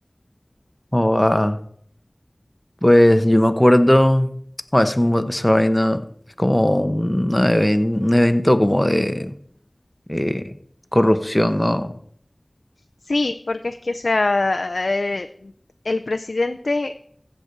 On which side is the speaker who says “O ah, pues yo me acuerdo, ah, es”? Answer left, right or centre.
Centre